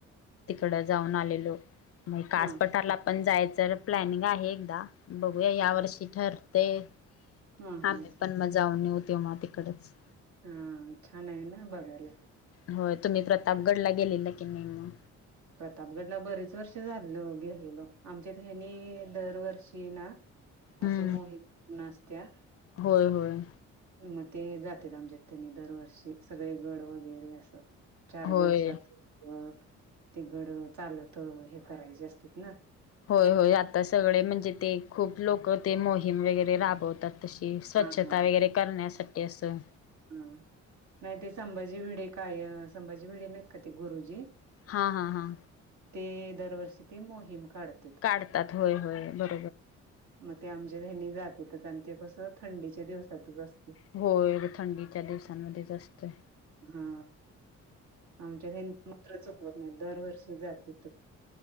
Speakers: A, on the left (about 50°); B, on the right (about 70°).
A: तिकड जाऊन आलेलो मग कास
B: हा
A: पटारला पण जायचं तर प्लॅनिंग आहे, एकदा बघूया या वर्षी ठरतय.
B: हा
A: आम्ही
B: हा
A: पण म जाऊन येऊ तेव्हा तिकडच,
B: हा छान आहे ना बघायला.
A: होय तुम्ही प्रतापगडला गेलेला की नाही म?
B: प्रतापगडला बरीच वर्षे झाली गेलेलो, आमच्यात हेनी दरवर्षी ना
A: हम्म
B: असं मोहिम- अ असत्या
A: होय होय
B: म, ते जातेत आमच्यात तेनी दरवर्षी सगळे, गड वगैरे असं. चार
A: होय
B: दिवसात अ ते गड चालत, हे करायचे असतेत ना.
A: होय होय आता सगळे म्हणजे ते खूप लोक ते मोहीम वगैरे राबवतात, तशी स्वच्छता
B: हा हा
A: वगैरे करण्यासाठी असं.
B: हा नाही ते संभाजी भिडे काय संभाजी भिडे नाहीत काय ते गुरुजी,
A: हा हा हा
B: ते दरवर्षी ते मोहीम काढतेत.
A: काढतात होय, होय बघ
B: मग ते आमच्या हेनी जातेतच, आणि ते कस थंडीच्या दिवसातच असतय.
A: होय थंडीच्या दिवसांमध्येच असतय.
B: हा आमच्यात, हेनी मात्र चुकवत नाहीत दरवर्षी जातेत.